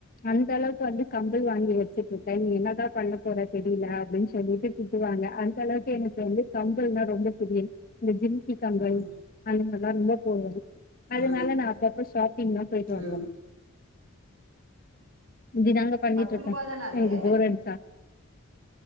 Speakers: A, on the left; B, on the right.
A: அந்த அளவுக்கு வந்து கம்பல் வாங்கி வச்சுட்டு இருக்க நீ என்னதா பண்ண போற தெரியல அப்டின்னு சொல்லிட்டு திட்டுவாங்க அந்த அளவுக்கு எனக்கு வந்து கம்பல்னா ரொம்ப புரியன் இந்த ஜிம்கிக் அங்க
B: ம்
A: அங்க எல்லா ரொம்ப போது அதுனால
B: ம்
A: நா அப்பப்ப ஷாப்பிங்லாம் போயிட்டு
B: ம்
A: வருவே இப்டி தாங்க பண்ணிட்டு
B: பத்து
A: இருக்கே
B: ரூபா தான அது
A: எனக்கு போர் அடிச்சா